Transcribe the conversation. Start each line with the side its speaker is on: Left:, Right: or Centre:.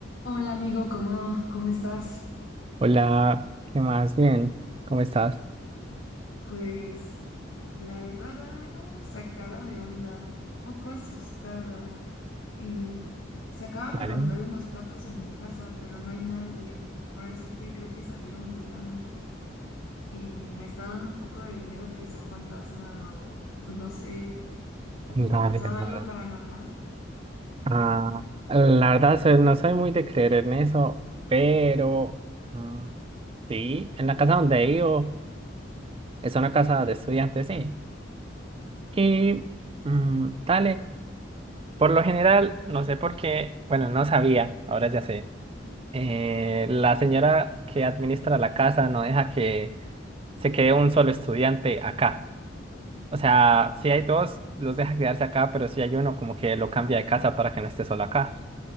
Left: Hola amigo, ¿cómo, cómo estás?
Right: Hola, ¿qué más? Bien, ¿cómo estás?
Left: Pues la verdad algo sacada de onda, un poco asustada. Em, se acaban
Right: Vale,
Left: de romper unos platos en mi casa, pero no hay nadie. Ahora sí que creo que salieron volando y me está dando un poco de miedo que sea un fantasma o, o no sé. ¿A ti te
Right: dale,
Left: ha pasado
Right: hermano.
Left: algo paranormal?
Right: Ah, la verdad, soy- no soy muy de creer en eso, pero ah, sí, en la casa donde vivo es una casa de estudiantes, sí. Y mm, dale, por lo general, no sé por qué, bueno, no sabía, ahora ya sé. Eh, la señora que administra la casa no deja que se quede un solo estudiante acá. O sea, si hay dos, los deja quedarse acá, pero si hay uno, como que lo cambia de casa para que no esté solo acá.